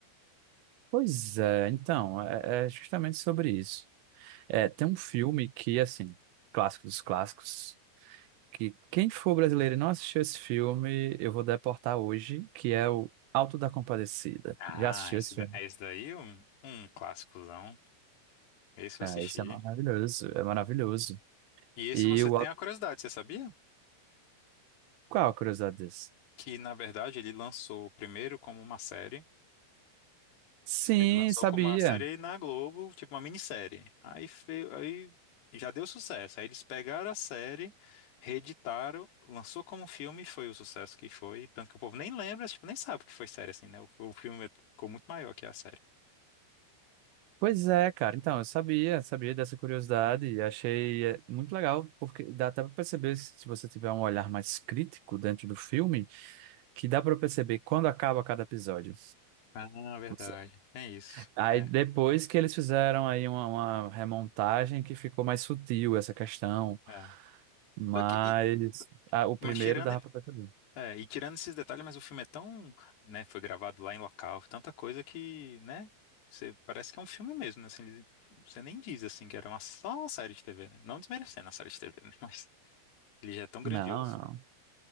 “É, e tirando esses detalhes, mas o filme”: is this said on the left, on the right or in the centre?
Left